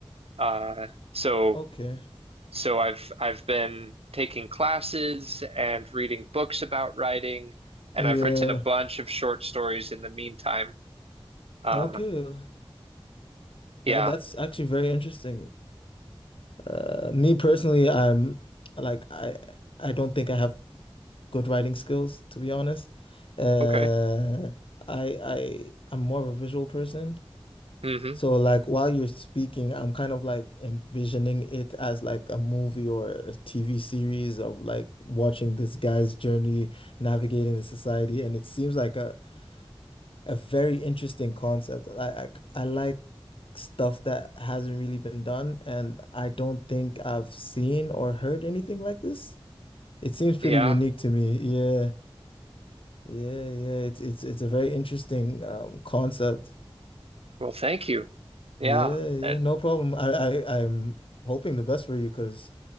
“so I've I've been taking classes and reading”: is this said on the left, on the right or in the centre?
Right